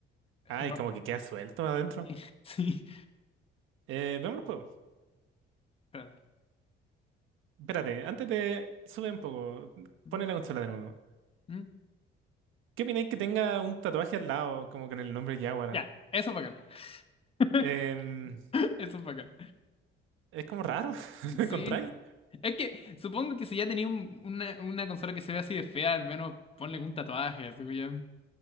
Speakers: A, on the right; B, on the left.
A: Ay,
B: enorme.
A: como que queda suelto adentro.
B: <laughs> Sí,
A: Eh, veamos el juego.
B: espérate.
A: Espérate, antes de... Sube un poco.
B: Mm,
A: Pone la consola de nuevo.
B: mm.
A: ¿Qué opináis que tenga un tatuaje al lado, como con el nombre Jaguar?
B: Ya, eso es bacán. <laughs>
A: Em,
B: Eso es bacán.
A: es como raro. <laughs> ¿Lo
B: Sí,
A: encontráis?
B: es que supongo que si ya tenía un- una, una consola que se ve así de fea, al menos ponle un tatuaje. así que ya.